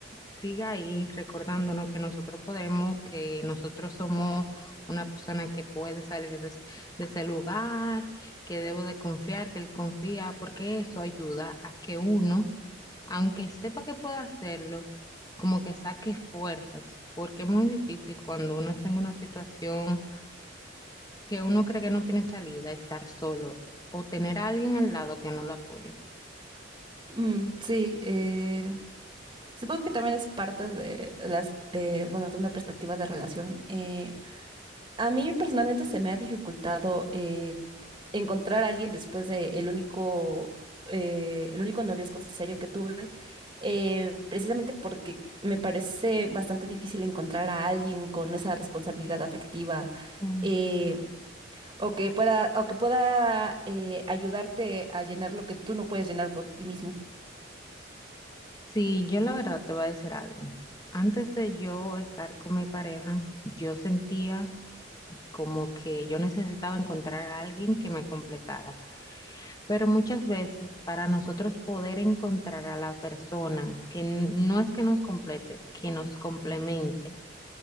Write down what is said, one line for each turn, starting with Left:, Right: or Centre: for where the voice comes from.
Left: siga ahí recordándonos que nosotros podemos, que nosotros somos una persona que puede salir de, es- de ese lugar, que debo de confiar, que él confía, porque eso ayuda a que uno, aunque sepa que puede hacerlo, como que saque fuerzas, porque es muy difícil cuando uno está en una situación que uno cree que no tiene salida, estar solo o tener a alguien al lado que no lo apoye.
Right: Mm, sí, eh, supongo que también es parte de las, eh, bueno, de una perspectiva de relación. Eh, A mí personalmente se me ha dificultado eh, encontrar a alguien después de el único, eh, el único noviazgo serio que tuve, eh, precisamente porque me parece bastante difícil encontrar a alguien con esa responsabilidad afectiva
Left: Mm,
Right: eh, o que pueda, o que pueda eh, ayudarte a llenar lo que tú no puedes llenar por ti mismo.
Left: Sí, yo la verdad te voy a decir algo. Antes de yo estar con mi pareja, yo sentía como que yo necesitaba encontrar a alguien que me completara. Pero muchas veces para nosotros poder encontrar a la persona que n- no es que nos complete, que nos complemente,